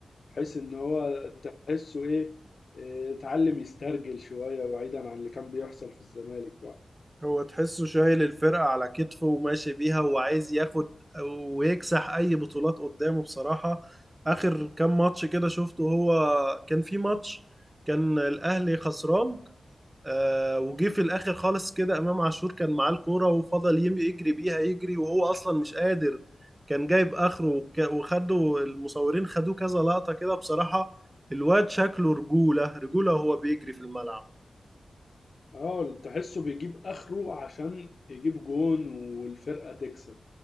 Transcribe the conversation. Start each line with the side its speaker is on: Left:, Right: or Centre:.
Left: بحيث إن هو تحسه إيه إيه، اتعلم يسترجل شوية بعيدا عن اللي كان بيحصل في الزمالك بقى
Right: هو تحسه شايل الفرقة على كتفه وماشي بيها وعايز ياخد ويكسح أي بطولات قدامه بصراحة آخر كام ماتش كده شفته هو كان في ماتش كان الأهلي خسران آه وجه في الآخر خالص كده إمام عاشور كان معاه الكورة وفضل يم- يجري بيها يجري وهو أصلا مش قادر كان جايب آخره وك- وخدوا المصورين خدوه كذا لقطة كده بصراحة الواد شكله رجولة رجولة وهو بيجري في الملعب
Left: اه تحسه بيجيب آخره عشان يجيب جون والفرقة تكسب